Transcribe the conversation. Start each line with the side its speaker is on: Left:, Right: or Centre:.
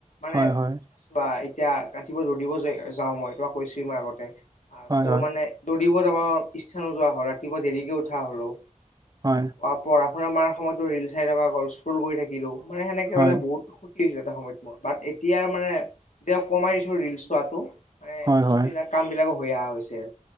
Left: মানে
Right: হয় হয়
Left: বা এতিয়া ৰাতিপুৱা দৌৰিব যাওঁ মই, তোমাক কৈছো মই আগতে, চ'
Right: হয় হয়
Left: মানে দৌৰিব যাব নোৱাৰো, ইচ্ছা নোযোৱা হয়, ৰাতিপুৱা দেৰিকে উঠা হ'লো।
Right: হয়।
Left: অ' পঢ়া শুনা মাৰ সময়তো ৰিল চাই থকা স্কৰ্ল কৰি থাকিলো, মানে সেনেকে
Right: হয়,
Left: মানে বহুত ছোএটা সময়ত মোৰ, বাট এতিয়াৰ মানে এতিয়া কমাই দিছো ৰিলচ চোৱাটো মানে,
Right: হয়,
Left: বস্তুবিলাক
Right: হয়,
Left: কাম বিলাকো হৈ অহা হৈছে।